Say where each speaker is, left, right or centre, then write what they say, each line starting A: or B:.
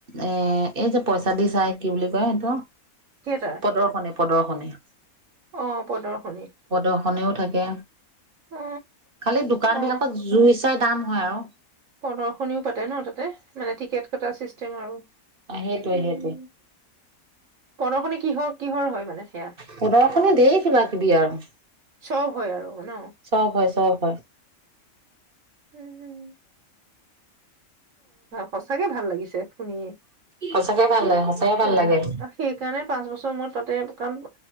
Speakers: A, on the right; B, on the right.
A: এ এই যে পইচা দি চাই, কি বুলি কয় এইটো?
B: থিয়েটাৰ
A: প্ৰদৰ্শনী, প্ৰদৰ্শনী।
B: অ', প্ৰদৰ্শনী।
A: প্ৰদৰ্শনীও থাকে
B: অ
A: খালি দোকান
B: অ
A: বিলাকত জুই চাই দাম হয় আৰু।
B: প্ৰদৰ্শনীও পাতে ন' তাতে মানে টিকেট কটা চিষ্টেম আৰু।
A: সেইটো
B: উম
A: এ, সেইটো এ।
B: প্ৰদৰ্শনী কিহৰ কিহৰ হয় মানে সেয়া?
A: পোদৰখনে দেইৰ, কিবা কিবি আৰু
B: চব, হয় আৰু। ন
A: চব হয়, চব। হয়।
B: উম, হম। সঁচাকে ভাল লাগিছে শুনিয়ে,
A: সঁচাকে ভাল লাগে সঁচাকে
B: উম,
A: ভাল লাগে
B: সেইকাৰণে পাঁচ বছৰ মূৰত পাতে, কাৰণ